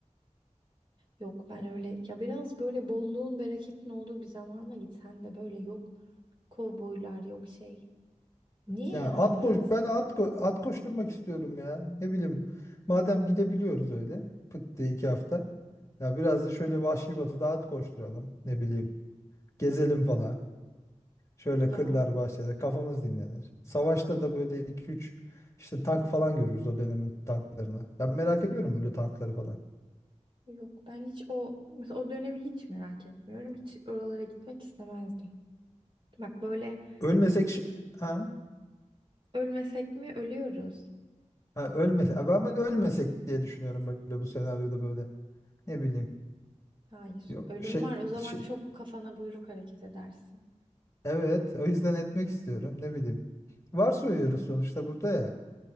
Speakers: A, on the right (about 45°); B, on the left (about 25°).
A: Yok ben öyle ya biraz böyle bolluğun bereketin olduğu bir zamana gitsen de böyle yok kovboylar yok şey. Niye
B: Yani
A: yani
B: at
A: biraz?
B: koş ben at ko- at koşturmak istiyorum ya. Ne bileyim. Madem gidebiliyoruz öyle. Pıt diye iki hafta. Ya biraz da şöyle Vahşi Batı'da at koşturalım. Ne bileyim. Gezelim falan. Şöyle
A: Ya
B: kırlar bahçede kafamız dinlenir. Savaşta da böyle iki üç işte tank falan görürüz o dönemin tanklarını. Ben merak ediyorum öyle tankları falan.
A: yok ben hiç o mesela o dönemi hiç merak etmiyorum. Hiç oralara gitmek istemezdim. Bak böyle
B: Ölmesek şi- ha?
A: Ölmesek mi? Ölüyoruz.
B: ha ölmesek. Ben, ben ölmesek diye düşünüyorum böyle bu senaryoda böyle. Ne bileyim.
A: Hayır.
B: Yok
A: Ölüm
B: şey,
A: var. O zaman
B: şey
A: çok kafana buyruk hareket edersin.
B: evet o yüzden etmek istiyorum ne bileyim. Varsayıyoruz
A: Biraz.
B: sonuçta burada ya.